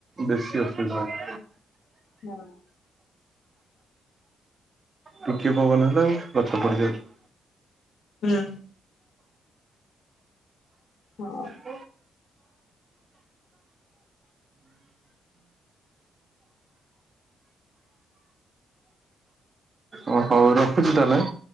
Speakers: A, on the right; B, on the left.
A: ବେଶୀ ଅସୁବିଧା ହଉଛି।
B: ହଁ।
A: ଟିକେ ପବନ ହେଲେ ଆଉ ଗଛ ପଡିଯାଉଚି
B: ହୁଁ। ହଁ।
A: <unintelligible> <unintelligible> ଓ ହୋଉ ରଖୁଚି ତାହାଲେ ଆଁ।